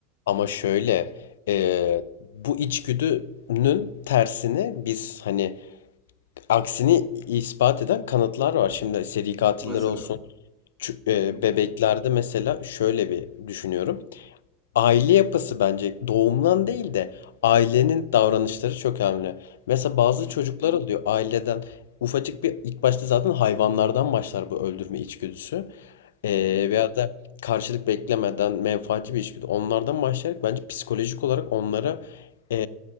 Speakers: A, on the left (about 85°); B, on the right (about 25°).
A: Ama şöyle e, bu içgüdünün tersini biz hani aksini ispat eden kanıtlar var. Şimdi seri katiller
B: Mesela.
A: olsun. Çü-
B: Hı
A: e, Bebeklerde mesela şöyle bir düşünüyorum. aile yapısı bence doğumdan değil de ailenin davranışları çok önemli. Mesela bazı
B: hı
A: çocuklar oluyor aileden ufacık bir ilk başta zaten hayvanlardan başlar bu öldürme içgüdüsü. Ee,
B: hı hı.
A: veya da karşılık beklemeden menfaatçi bir içgüdü. Onlardan başlayarak bence psikolojik olarak onlara ee,